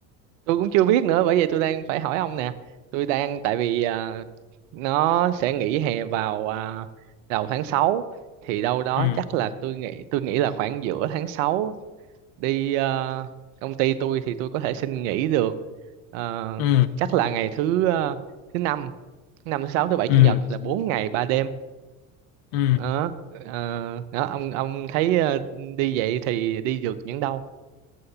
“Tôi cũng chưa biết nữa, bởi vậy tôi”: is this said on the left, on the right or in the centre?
Right